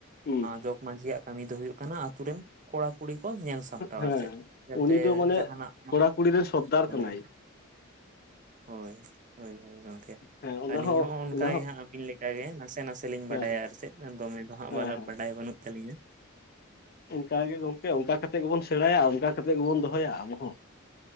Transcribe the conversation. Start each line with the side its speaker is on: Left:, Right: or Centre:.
Left: ᱦᱩᱸ
Right: ᱡᱚᱜᱽ ᱢᱟᱺᱡᱷᱤᱭᱟᱜ ᱠᱟᱹᱢᱤ ᱫᱚ ᱦᱩᱭᱩᱜ ᱠᱟᱱᱟ ᱟᱛᱩᱨ ᱨᱮᱱ ᱠᱚᱲᱟ ᱠᱩᱲᱤ ᱠᱚ ᱧᱮᱞ ᱥᱟ ᱴᱟᱣᱟᱨ
Left: ᱦᱮᱸ
Right: ᱥᱮᱫ ᱡᱟᱛᱮ
Left: ᱩᱱᱤ ᱫᱚ ᱢᱟᱱᱮ
Right: ᱡᱟᱦᱟᱱᱟᱜ
Left: ᱠᱚᱲᱟ ᱠᱩᱲᱤ ᱨᱮᱱ ᱥᱚᱨᱫᱟᱨ
Right: ᱦᱳᱭ
Left: ᱠᱟᱱᱟᱭ
Right: ᱦᱳᱭ ᱦᱳᱭ ᱦᱳᱭ ᱜᱚᱢᱠᱮ
Left: ᱦᱮᱸ ᱚᱱᱟ
Right: ᱟᱹᱞᱤᱧ ᱦᱚᱸ ᱚᱱᱠᱟ
Left: ᱚᱱᱟ ᱦᱚᱸ
Right: ᱜᱮ ᱦᱟᱸᱜ ᱟᱹᱵᱤᱱ ᱞᱮᱠᱟᱜᱮ ᱱᱟᱥᱮ ᱱᱟᱥᱮ ᱞᱤᱧ
Left: ᱦᱮᱸ
Right: ᱵᱟᱰᱟᱭᱟ ᱟᱨ ᱪᱮᱫ ᱫᱚᱢᱮ ᱫᱚ
Left: ᱦᱮᱸ
Right: ᱦᱟᱸᱜ ᱵᱟ
Left: ᱦᱮᱸ
Right: ᱵᱟᱰᱟᱭ ᱵᱟᱹᱱᱩᱜ ᱟᱞᱤᱧᱭᱟ
Left: ᱚᱱᱠᱟ ᱜᱮ ᱜᱚᱝᱠᱮ ᱚᱱᱠᱟ ᱠᱟᱛᱮᱫ ᱜᱮᱵᱚᱱ ᱥᱮᱬᱟᱭᱟ ᱚᱱᱠᱟ ᱠᱟᱛᱮᱮᱫ ᱜᱮᱵᱚᱱ ᱫᱚᱦᱚᱭᱟ ᱟᱵᱚ ᱦᱚᱸ᱾